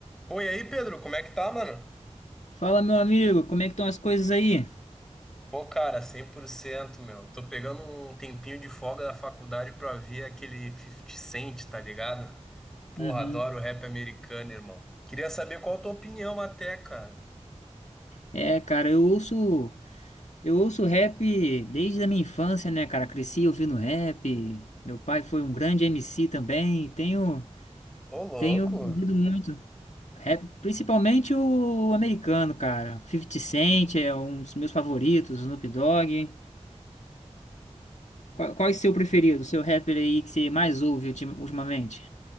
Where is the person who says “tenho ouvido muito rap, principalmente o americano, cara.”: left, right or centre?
Left